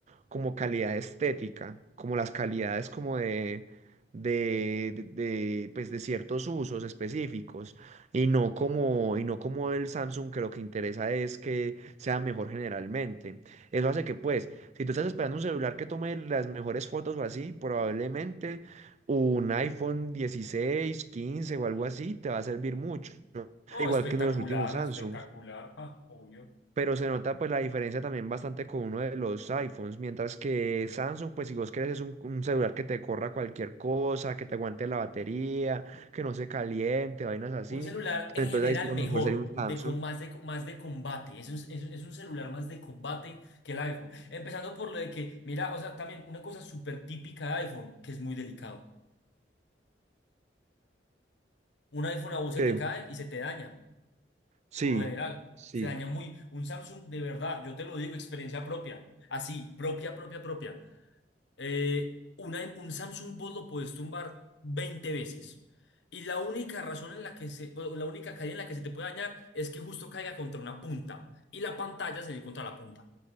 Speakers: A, on the right (about 40°); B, on the left (about 75°).
A: como calidad estética, como las calidades como de, de, de, de, pues de ciertos usos específicos y no como, y no como el Samsung que lo que interesa es que sea mejor generalmente. Eso hace que pues, si tú estás esperando un celular que tome las mejores fotos o así, probablemente un iPhone dieciséis quince o algo así te va a servir mucho
B: Ujú. Oh,
A: al igual
B: espectacular,
A: que uno de los últimos Samsungs,
B: espectacular, ah, obvio.
A: pero se nota pues la diferencia también bastante con uno de los iPhones, mientras que Samsung pues si vos querés es un, un celular que te corra cualquier cosa, que te aguante la batería, que no se caliente, vainas así,
B: Un celular
A: pues,
B: en
A: entonces
B: general
A: ahí sí lo
B: mejor,
A: mejor sería un
B: de
A: Samsung,
B: con más de, más de combate. Es un, es, un es un celular más de combate que el iPhone. Empezando por lo de que, mira, o sea, también una cosa súper típica de iPhone, que es muy delicado. Un iPhone a vos se
A: que
B: te cae y se te daña,
A: sí,
B: por lo general.
A: sí.
B: Se daña muy. Un Samsung, de verdad, yo te lo digo, experiencia propia. Así, propia, propia, propia. Eh, una- un Samsung vos lo puedes tumbar 20 veces. Y la única razón en la que se, bueno, la única caída en la que se te puede dañar es que justo caiga contra una punta. Y la pantalla se dio contra la punta.